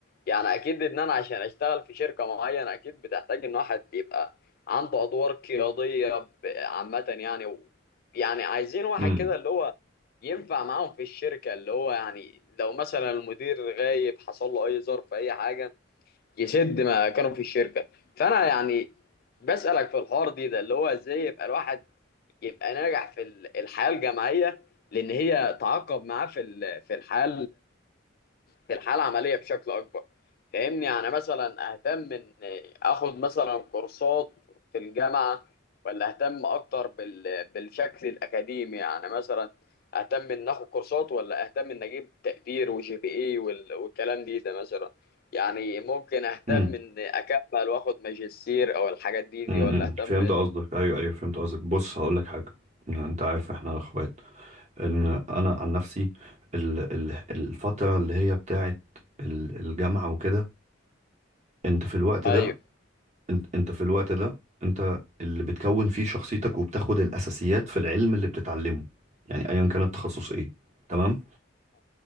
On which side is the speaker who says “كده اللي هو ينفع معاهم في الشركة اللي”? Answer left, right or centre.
Left